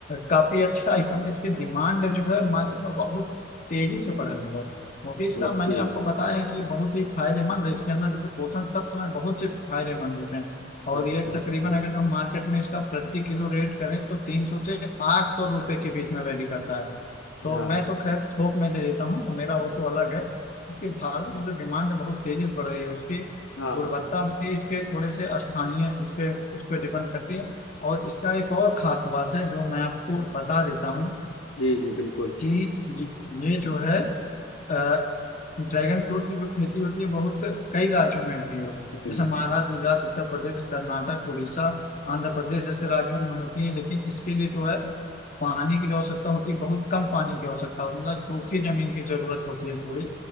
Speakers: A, on the left; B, on the left.
A: काफी अच्छा इस समय इसकी डिमांड जो है मार्केट में बहुत तेजी से बढ़ रही है क्योंकि इसका
B: ओके
A: मैंने आपको बताया है कि बहुत ही फायदेमंद है इसके अंदर जो पोषण तत्व हैं बहुत से फायदेमंद होते हैं और
B: अच्छा
A: ये
B: अच्छा
A: तकरीबन अगर हम मार्केट में इसका प्रति किलो रेट करें तो तीन सौ से आठ सौ रुपए के बीच में वैरी करता है तो
B: हाँ
A: मैं तो खैर थोक में दे देता हूँ तो मेरा वो तो अलग है इसकी भारत में जो डिमांड है बहुत तेजी से बढ़ रही है उसकी
B: हाँ
A: गुणवत्ता भी इसके थोड़े से स्थानीय उस पे उस पे डिपेंड करती है और इसका एक और खास बात है जो मैं आपको बता देता हूँ
B: जी जी बिल्कुल
A: कि ये ये जो है अ, ड्रैगन फ्रूट की जो खेती होती है बहुत कई राज्यों में होती है
B: हम्म
A: जैसे महाराष्ट्र गुजरात उत्तर प्रदेश कर्नाटक उड़ीसा आंध्र प्रदेश जैसे राज्यों में होती है लेकिन इसके लिए जो है पानी की जो आवश्यकता होती है बहुत कम पानी की आवश्यकता होती है मतलब सूखी जमीन की जरूरत होती है थोड़ी